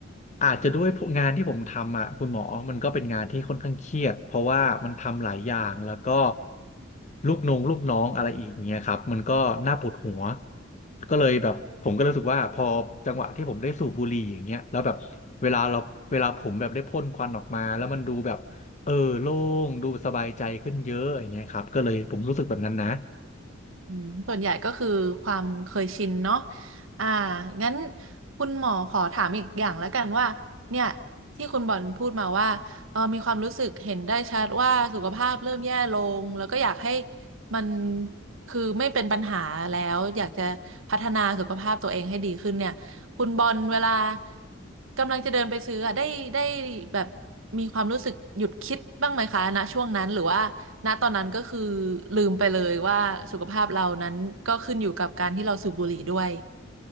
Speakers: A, on the left; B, on the right.
A: อาจจะด้วยงานที่ผมทำอ่ะคุณหมอมันก็เป็นงานที่ค่อนข้างเครียดเพราะว่ามันทำหลายอย่างแล้วก็ลูกน้องลูกน้องอะไรอีกอย่างเงี้ยครับมันก็น่าปวดหัวก็เลยแบบผมก็รู้สึกว่าพอจังหวะที่ผมได้สูบบุหรี่อย่างเงี้ยแล้วแบบเวลาเราเวลาผมแบบได้พ่นควันออกมาแล้วมันดูแบบ เออโล่งดูสบายใจขึ้นเยอะอย่างเงี้ยครับก็เลยผมรู้สึกแบบนั้นนะ
B: อืมส่วนใหญ่ก็คือความเคยชินเนาะอ่า งั้นคุณหมอขอถามอีกอย่างแล้วกันว่า เนี่ยที่คุณบอลพูดมาว่าเออมีความรู้สึกเห็นได้ชัดว่าสุขภาพเริ่มแย่ลง แล้วก็อยากให้มันคือไม่เป็นปัญหาแล้วอยากจะพัฒนาสุขภาพตัวเองให้ดีขึ้นเนี่ย คุณบอลเวลากำลังจะเดินไปซื้ออะได้ได้แบบมีความรู้สึกหยุดคิดบ้างไหมคะณช่วงนั้นหรือว่า ณตอนนั้นก็คือลืมไปเลยว่าสุขภาพเรานั้นก็ขึ้นอยู่กับการที่เราสูบบุหรี่ด้วย